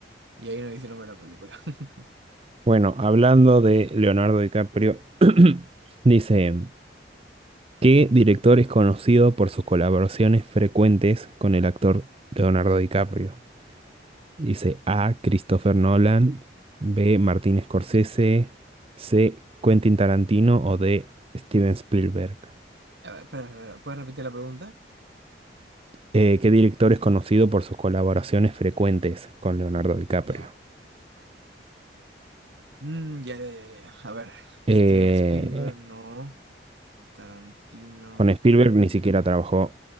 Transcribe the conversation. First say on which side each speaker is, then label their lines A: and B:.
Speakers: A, on the right; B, on the right.
A: Y ahí no dice el nombre de la película. <laughs>
B: Bueno, hablando de Leonardo DiCaprio, <clears throat> dice, ¿qué director es conocido por sus colaboraciones frecuentes con el actor Leonardo DiCaprio? Dice A. Christopher Nolan, B. Martin Scorsese, C. Quentin Tarantino o D. Steven Spielberg.
A: A ver, espera, espera, ¿puedes repetir la pregunta?
B: Eh, ¿qué director es conocido por sus colaboraciones frecuentes con Leonardo DiCaprio?
A: Ya. Mm, ya, ya, ya, ya. A ver,
B: Eh,
A: Steven Spielberg, no. Tarantino,
B: Con Spielberg
A: mm,
B: ni siquiera trabajó,